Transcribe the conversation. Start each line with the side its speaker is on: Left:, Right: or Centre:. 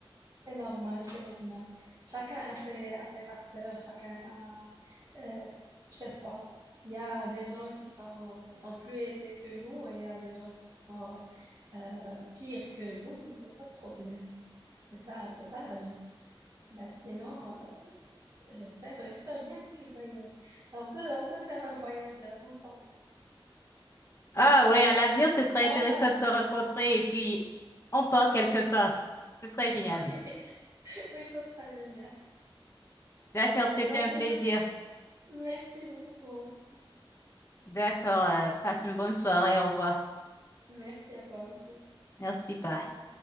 Right: C'est normal, c'est normal. Chacun a ses, a ses facteurs, chacun a, euh, je sais pas, il y a des gens qui sont, qui sont plus aisés que nous et il y a des gens qui sont euh, pires que nous, mais il n'y a pas de problème. C'est ça, c'est ça la vie. Bah, sinon, euh, j'espère, j'espère bien que tu voyages. On peut, on peut faire un voyage euh, ensemble.
Left: Ah oui, à l'avenir, ce serait
Right: on
Left: intéressant
Right: pas...
Left: de te rencontrer et puis on part quelque part. Ce serait génial.
Right: <laughs> Oui. Oui, ça sera génial.
Left: D'accord, c'était
Right: Bah,
Left: un
Right: sinon,
Left: plaisir.
Right: merci beaucoup.
Left: D'accord, euh, passe une bonne soirée, au revoir.
Right: Merci à toi aussi.
Left: Merci, bye.
Right: Au revoir.